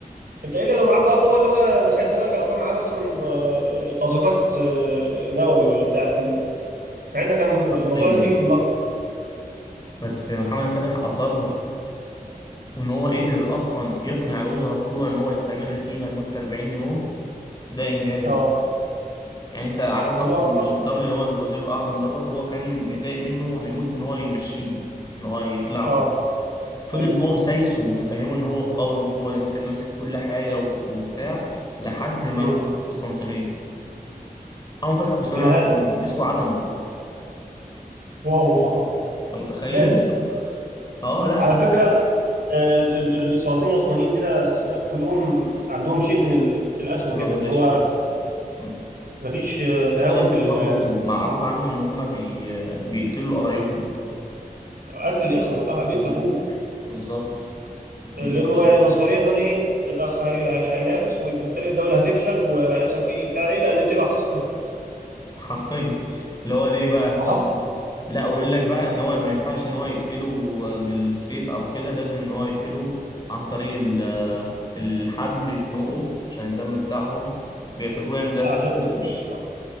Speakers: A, on the right; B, on the left.
A: انت الا لو معاك بقى قوه اللي هو ساعتها بقى لو كان معاه مثلا آه، قاذفات آه، نووي ولا بتاع لكن ساعتها كان الموضوع
B: عبقرية
A: لازم يجي بالمكر
B: بس محمد فتح اصر وان هو قدر اصلا يقنع الوزراء بتوعه ان هو يستمر فيها لمدة 40 يوم ده انجاز
A: اه
B: يعني انت عارف اصلا
A: هو هو
B: الجندر اللي هو الوزير الاعظم دوت هو كان متضايق منه وهيموت ان هو يمشيه ان هو يخلعه
A: اه
B: فضل
A: ايوه
B: هو مسايسه ومفهمه ان هو القوي وهو انت اللي ماسك كل حاجه و- وبتاع لحد ما
A: امم
B: فتح القسطنطينيه اول ما فتح القسطنطينيه
A: وفي النهايه طلعت
B: عمل ايه
A: الاسماعيليه
B: مسكوا عدمه
A: واو <laughs>
B: انت متخيل
A: لازم
B: <laughs> اه لا
A: على فكره آه، ال- ال- السلاطين العثمانيين بلا استثناء كلهم عندهم شيء من ال- القسوه
B: دمويه
A: كده ان هو
B: شويه
A: مفيش
B: خد
A: مفيش آه، تهاون
B: بالك
A: في ال-
B: برضه معروف عنهم ان هم بي... بيقتلوا قرايبهم
A: قتل الاخوه اه بيقتل
B: مم.
A: اخوه
B: بالظبط
A: لان
B: دي
A: هو
B: أشهر.
A: يعني نظريا ان انا ايه الاخ هي- هي- هينافس وبالتالي الدوله هتفشل وهيحصل فيه بتاع ايه لا نقتله احسن <laughs>
B: حرفيا اللي هو ليه بقى
A: هو حصل
B: طب
A: كده.
B: لا ويقول لك بقى ان هو ما ينفعش ان هو يقتله بالسيف او كده لازم ان هو يقتله عن طريق ال- آه، الحبل يخنقه عشان الدم بتاعهم بيعتبروه يعني ده
A: عشان
B: شيء
A: بالظبط
B: وحش
A: صح.